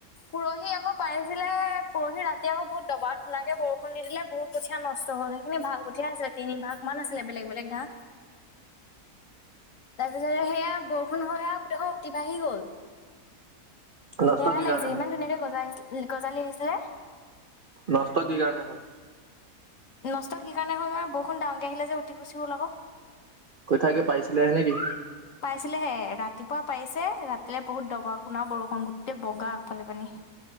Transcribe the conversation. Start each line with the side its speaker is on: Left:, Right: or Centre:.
Left: পৰহি আকৌ পাৰিছিলে পৰহি ৰাতি আকৌ বহুত দবা খুনাকে বৰষুণ দি দিলে বহুত কঠিয়া নষ্ট হল, সেইখিনি ভাল কঠীয়া আছিলে তিনিভাগ মান আছিলে বেলেগ বেলেগ ধান। তাৰপিছতে সেইয়া বৰষুণ হৈ আৰু গোতেই উতি বাঢ়ি গল।
Right: নষ্ট
Left: বেয়া
Right: কি
Left: লাগিছে
Right: কাৰণে হ'ল
Left: ইমান ধুনীয়াকে গজ গজালি আহিছে। যে
Right: নস্ত কি কাৰণে হল?
Left: নষ্ট কি কাৰণে হ'ল মানে বৰষুণ ডাঙকে আহিলে যে উঠি গুচি হ'ল আকৌ।
Right: কঠিয়া কি পাইছিলে নেকি?
Left: পাইছিলেহে ৰাতিপুৱা পাৰিছে, ৰাতিলেলৈ বহুত দবা শুনা বৰষুণ গোটেই বগা আগফালি পানী